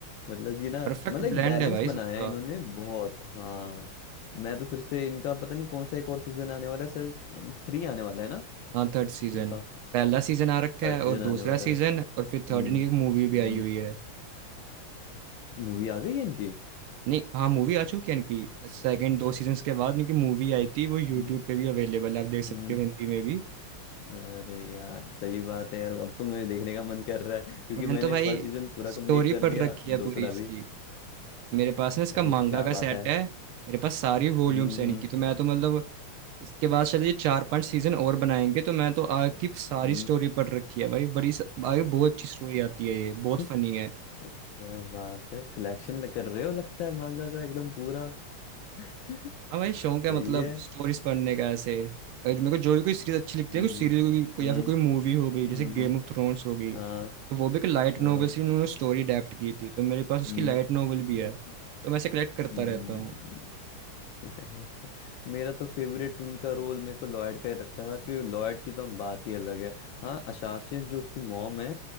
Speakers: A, on the left; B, on the right.
A: मतलब कि ना
B: परफेक्ट
A: मतलब एक
B: ब्लेंड
A: बैलेंस
B: है भाई
A: बनाया
B: सबका
A: है इन्होंने बहुत हाँ मैं तो फिर से इनका पता नहीं कौन सा एक और सीजन आने वाला है सर थ्री आने वाला है ना
B: हाँ थर्ड सीजन
A: इनका
B: पहला सीजन आ रखा
A: थर्ड
B: है
A: सीजन
B: और दूसरा
A: आने वाला
B: सीजन
A: है
B: और
A: हम्म
B: फिर थर्ड की एक मूवी भी
A: हम्म
B: आई हुई है
A: मूवी आ गई है इनकी
B: नहीं हाँ मूवी आ चुकी है इनकी सेकंड दो सीजन्स के बाद इनकी मूवी आई थी वो यूट्यूब
A: हम्म
B: पे भी अवेलेबल है आप देख सकते
A: हम्म
B: हो हिंदी में भी
A: अरे यार सही बात है यार अब तो मुझे देखने का मन कर रहा है क्योंकि
B: मैंने
A: मैंने
B: तो भाई
A: फर्स्ट सीजन पूरा
B: स्टोरी
A: कंप्लीट कर
B: पढ़
A: दिया
B: रखी है
A: दूसरा
B: पूरी इसकी
A: भी
B: मेरे पास ना इसका
A: अरे
B: मांगा
A: क्या
B: का
A: बात
B: सेट
A: है
B: है मेरे पास सारी वॉल्यूम्स
A: हम्म
B: है
A: हम्म
B: इनकी तो मैं तो मतलब इसके बाद शायद ये चार पांच सीजन और बनाएंगे तो मैं तो आगे की सारी
A: हम्म।
B: स्टोरी पढ़ रखी है भाई बड़ी स... आगे बहुत अच्छी स्टोरी आती है ये बहुत
A: <laughs>
B: फनी है
A: क्या बात है कलेक्शन कर रहे हो लगता है मांगा का एकदम पूरा <laughs>
B: हाँ भाई शौक
A: सही
B: है मतलब
A: है
B: स्टोरीज पढ़ने का ऐसे अगर मेरे को जो भी कोई सीरीज अच्छी लगती
A: हम्म
B: है कोई सीरीज कोई
A: हम्म
B: या फिर कोई मूवी हो गई जैसे
A: हम्म
B: गेम
A: हम्म,
B: ऑफ थ्रोन्स हो गई
A: हाँ
B: तो वो भी एक लाइट
A: हाँ
B: नोवेल से उन्होंने स्टोरी अडेप्ट की थी तो मेरे पास उसकी
A: हम्म
B: लाइट नोवेल भी
A: हम्म
B: है तो मैं ऐसे कलेक्ट करता
A: हम्म,
B: रहता हूँ
A: <laughs> मेरा तो फेवरेट उनका रोल मेरे को लॉयड का ही लगता था क्योंकि लॉयड की तो हम बात ही अलग है हाँ अशासिस जो उसकी मॉम है